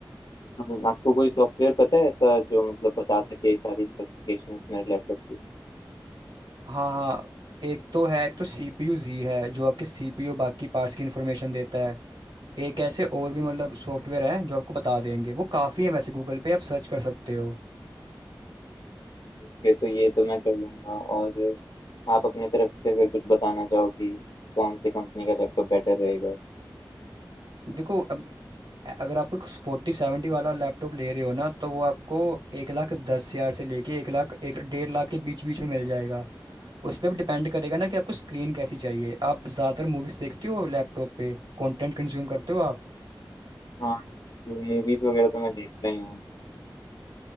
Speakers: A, on the left; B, on the right.
A: तो आपको कोई सॉफ्टवेयर पता है ऐसा जो मतलब बता सके सारी स्पेसिफिकेशंस मेरे लैपटॉप की
B: हाँ हाँ एक तो है एक तो सीपीयू जी है जो आपके सीपीयू बाकी पार्ट्स की इन्फॉर्मेशन देता है एक ऐसे और भी मतलब सॉफ्टवेयर हैं जो आपको बता देंगे वो काफ़ी है वैसे गूगल पे आप सर्च कर सकते हो
A: ओके तो ये तो मैं कर लूँगा और आप अपने तरफ से अगर कुछ बताना चाहो कि कौन से कंपनी का लैपटॉप बेटर रहेगा
B: देखो अब अ- अगर आपको फोर्टी सेवेंटी वाला लैपटॉप ले रहे हो ना तो वो आपको एक लाख दस हज़ार से लेके एक लाख एक डेढ़ लाख के बीच बीच में मिल जाएगा उस पर अब डिपेंड करेगा ना कि आपको स्क्रीन कैसी चाहिए आप ज़्यादातर मूवीज़ देखते हो लैपटॉप पे कंटेंट कंज्यूम करते हो आप
A: हाँ, मूवीज़ वगैरह तो मैं देखता ही हूँ।